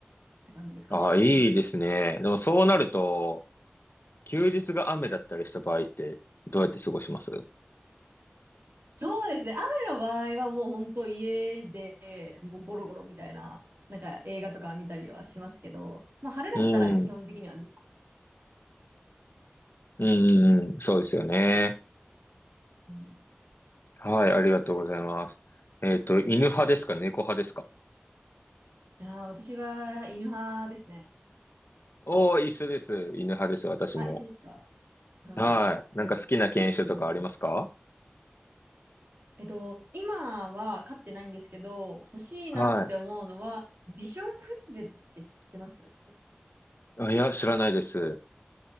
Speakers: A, on the right (about 70°); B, on the left (about 65°).
A: て感じですかね。
B: ああ、いいですね。でもそうなると、休日が雨だったりした場合って、どうやって過ごしますう
A: そうですね。雨の場合はもう本当家でもうゴロゴロみたいな、なんか映画とか見たりはしますけど、まあ晴れだったら基本的にはね、
B: ん。うんうんうん。そうですよね。
A: うん、
B: はい、ありがとうございます。えっと、犬派ですか猫派ですか
A: あー私は犬派ですね。
B: おー、一緒です。犬派です、私も。
A: あ、一緒ですか。はい。
B: はい。
A: そう。
B: なんか好きな犬種とかありますか
A: もうえっと、今は飼ってないんですけど、欲しいなって思うのは、
B: はい。
A: ビションフリーゼって知ってます
B: あ、いや、知らないです。